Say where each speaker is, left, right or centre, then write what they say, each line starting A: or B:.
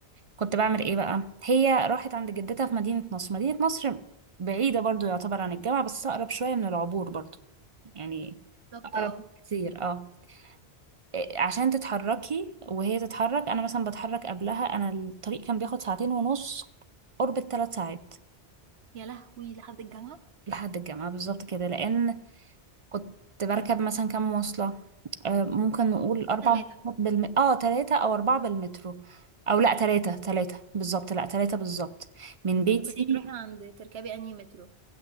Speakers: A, on the right; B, on the right.
A: كنت بعمل ايه بقى هي راحت عند جدتها في مدينة نصر مدينة نصر بعيدة برضو يعتبر عن الجامعة بس أقرب شوية من العبور برضو يعني
B: بالظبط
A: أقرب
B: اه
A: كتير اه إيه، عشان تتحركي وهي تتحرك أنا مثلا بتحرك قبلها أنا الطريق كان بياخد ساعتين ونص قرب الثلاث ساعات
B: يا لهوي لحد الجامعة
A: لحد الجامعة بالظبط كده لأن كنت بركب مثلا كام مواصلة آه، ممكن نقول أربع
B: ثلاثة
A: مواصلات بالم... اه تلاتة أو أربعة بالمترو أو لأ تلاتة تلاتة بالظبط لأ تلاتة بالظبط من بيتي
B: انت كنت بتروحي عند تركبي انهي مترو